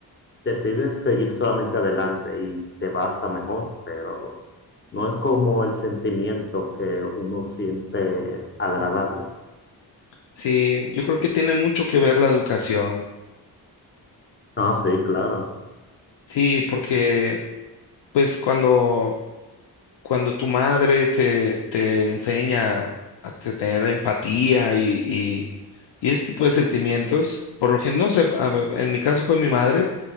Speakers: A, on the left; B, on the left.
A: decides seguir solamente adelante y te va hasta mejor, pero no es como el sentimiento que uno siente agradable.
B: Sí, yo creo que tiene mucho que ver la educación.
A: Ah, sí, claro,
B: Sí, porque pues cuando, cuando tu madre te, te enseña a tener empatía y, y, y ese tipo de sentimientos, por lo que no sé, a- ver, en mi caso fue mi madre